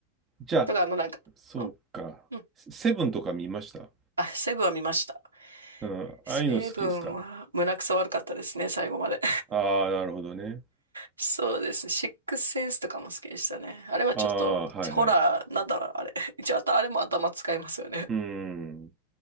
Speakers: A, on the right; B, on the right.
A: <laughs>
B: じゃあ、
A: とか、あの、なんか、
B: そうか。
A: んうん。
B: セセブンとか見ました
A: あ、セブンは見ました。
B: うん、
A: セブンは胸くそ悪かったですね、
B: ああいうの好きですか
A: 最後まで。
B: ああ、なるほどね。
A: そうですね。シックスセンスとかも好きでしたね。あれはちょっと、
B: ああ、はいはい。
A: ホラー、なんだろう、あれ。<laughs> 一応、あたあれも頭使いますよね。
B: うん、